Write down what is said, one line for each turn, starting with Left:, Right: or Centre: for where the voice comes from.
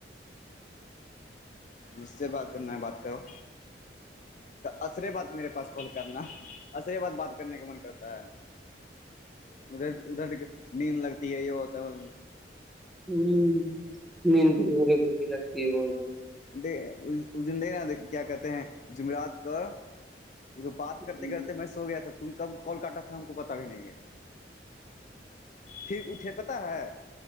Left: جس سے بات کرنا ہے بات کرو اصرے بات میرے پاس کال کرنا عصرے بات بات کرنے کا من کرتا ہے ادھر ادھر نیند لگتی ہے یہ وہ تو
Centre: ہوں مو بھی لگتی ب
Left: دیک اس دن دیکھناا کیا کہتے ہیں جمعرات کا بات
Centre: کیا
Left: کرتے کرتے میں سو گیا تھا تم کب کال کاٹا ہم کو پتا بھی نہیں ہے پھر اٹھے پتا ہے